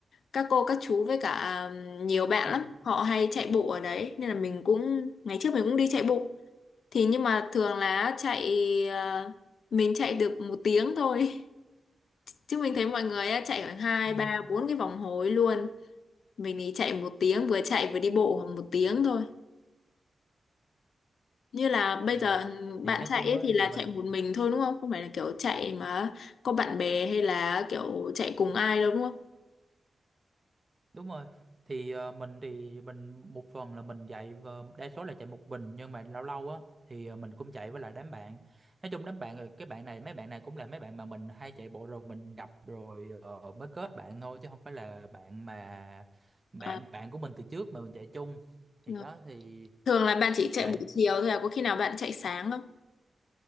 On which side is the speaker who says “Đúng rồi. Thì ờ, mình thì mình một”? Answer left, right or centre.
Right